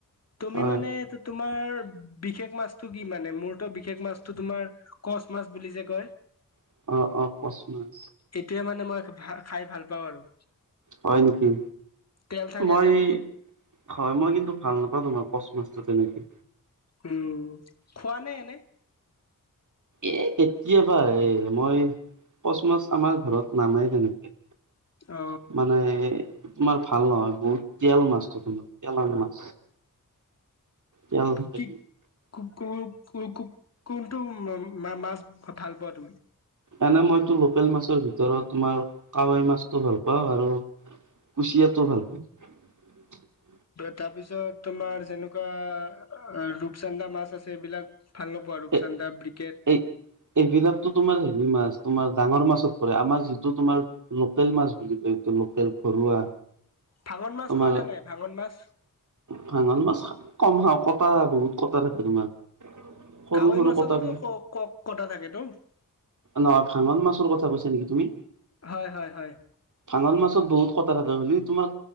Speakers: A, on the left; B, on the right.
A: তুমি
B: হয়
A: মান, তোমাৰ বিশেষ মাছটো কি মানে, মূৰত বিশেষ মাছটো তোমাৰ কচ মাছ বুলি যে কয়
B: অ', অ, অ, কচ মাছ
A: এইটোৱে মানে মই ভ খাই ভাল পাওঁ আৰু
B: হয়, নেকি
A: তেল থাকে
B: মই
A: যে বহুত
B: হয়, মই কিন্তু ভাল নাপাওঁ তোমাৰ পচ মাছটো তেনেকে
A: উম, খোৱা নে এনে
B: এ কেতিয়াবা, এ মই কচ মাছ আমাৰ ঘৰত নানাই তেনেকে
A: অ
B: মানে তোমাৰ ভাল নহয়, বহুত তেল মাছটো তোমাৰ তেলৰ মাছ তেল
A: কি
B: তোমাৰ
A: কো, কো, কো, কোনটো মাছ ভাল পোৱা তুমি?
B: এনে মইতো লোকেল মাছৰ ভিতৰত তোমাৰ কাৱাই মাছটো ভাল পাওঁ আৰু। কুচিয়াতো ভাল পাওঁ। <inaudible>
A: তাৰপিছত তোমাৰ যেনেকুৱা ৰূপচান্দা মাছ আছে এইবিলাক। ভাল নো পোৱাওঁ আৰু ৰূপচান্দা
B: এ
A: বি্কেট।
B: এই এইবিলাকতো তোমাৰ হেৰি মাছ, তোমাৰ ডাঙৰ মাছত পৰে আমাৰ যিটো তোমাৰ। লোকেল মাছ বুলি, কয় তো লোকেল ঘৰুৱা।
A: ভাঙন মাছ
B: তোমাৰ
A: খোৱা নে নাই ভাঙন মাছ?
B: ভাঙন মাছ কম খাওঁ, কটা বহুত কটা আ, তোমাৰ। সৰু
A: কাৱৈ
B: সৰু
A: মাছততো
B: কটা বুলি
A: ক, ক কটা থাকেটো।
B: নহয়, ভাঙন মাছৰ কথা কৈছা নেকি তুমি।
A: হয় হয় হয়
B: ভাঙন মাছত বহুত কথা থাকে বুলি তোমাৰ।